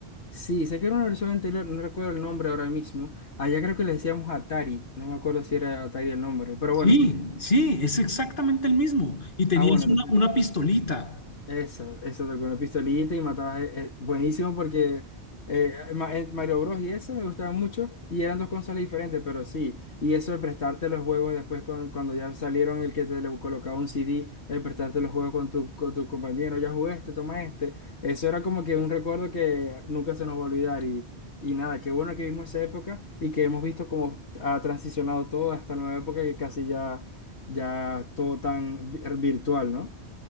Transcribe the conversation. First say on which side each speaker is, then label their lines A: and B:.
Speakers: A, on the left (about 80°); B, on the left (about 50°).
A: Sí, sé que era una versión anterior, no recuerdo el nombre ahora mismo. Allá creo que le decíamos Atari, no me acuerdo si era Atari el nombre, pero
B: Sí,
A: bueno.
B: sí, es exactamente el mismo. Y tenías
A: Ah, bueno,
B: una,
A: entonces.
B: una pistolita.
A: Esa, esa con una pistolita y matabas. eh, eh, buenísimo porque eh, Ma- eh, Mario Bros. y ese me gustaban mucho y eran dos consolas diferentes, pero sí. Y eso de prestarte los juegos después con- cuando ya salieron, el que te le colocaba un CD, el prestarte los juegos con tu, con tu compañero, ya jugué este, toma este. Eso era como que un recuerdo que nunca se nos va a olvidar. Y, y nada, qué bueno que vimos esa época y que hemos visto cómo ha transicionado todo a esta nueva época que casi ya, ya todo tan vi- virtual, ¿no?